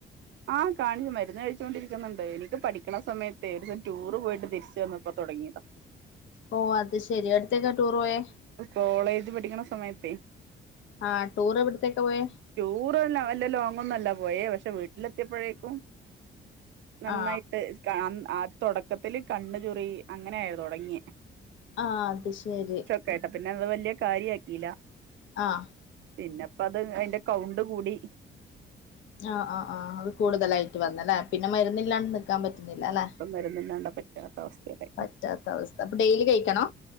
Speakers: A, on the right; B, on the left.
A: ആഹ്, കാണിച്ചു മരുന്ന് കഴിച്ചോണ്ടിരിക്കുന്നുണ്ട് എനിക്ക് പഠിക്ക്‌ണ സമയത്തേയ് ഒരു സം ടൂറ് പോയിട്ട് തിരിച്ച് വന്നപ്പ തൊടങ്ങിയതാ.
B: ഓഹ് അത് ശെരി എവ്ടുത്തേക്കാ ടൂർ പോയേ?
A: കോളേജ് പഠിക്ക്‌ണ സമയത്തേയ്.
B: ആ ടൂർ എവിടത്തേക്കാ പോയേ
A: ടൂറ് ല്ല വല്ല ലോങ്ങൊന്നും അല്ല പോയേ പക്ഷെ വീട്ട്ലെത്തിയപ്പോഴേക്കും നന്നായിട്ട്
B: ആ
A: സ്ക്കാം അൻ ആഹ് തൊടക്കത്തില് കണ്ണ് ചൊറി അങ്ങനേ തൊടങ്ങിയെ.
B: ആഹ് അത് ശെരി.
A: കേട്ടപ്പോ പിന്നെ അത്‌ വല്ല്യ കാര്യ ആക്കീലാ.
B: ആഹ്
A: പിന്നെപ്പ അത് അയിന്റെ കൗണ്ട് കൂടി.
B: ആഹ് ആഹ് ആഹ് അത് കൂടുതലായിട്ട് വന്നല്ലേ, പിന്നെ മരുന്നില്ലാണ്ട് ന്ക്കാൻ പറ്റുന്നില്ലാലെ.
A: മരുന്നില്ലാണ്ട് പറ്റാത്ത അവസ്ഥയിലായി.
B: പറ്റാത്ത അവസ്ഥ, അപ്പൊ ഡെയിലി കയ്ക്കണോ?